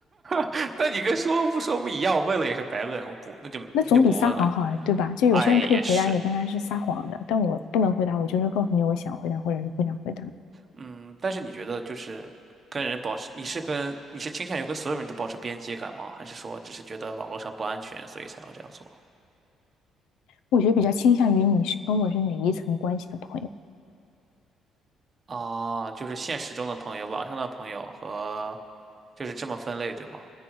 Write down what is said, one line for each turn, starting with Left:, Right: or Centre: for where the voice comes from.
Right: <laughs> 那你跟说不说不一样，我问了也是白问，我不，那就那就不问了。
Left: 那总比撒谎好啊，对吧？就有些人可以回答你，
Right: 哎，也是，
Left: 但他是撒谎的，但我不能回答，我就是告诉你我想回答或者是不想回答。
Right: 嗯，但是你觉得就是跟人保持，你是跟你是倾向于跟所有人都保持边界感吗？还是说只是觉得网络上不安全，所以才要这样做？
Left: 我觉得比较倾向于你是跟我是哪一层关系的朋友。
Right: 啊，就是现实中的朋友，网上的朋友和就是这么分类，对吗？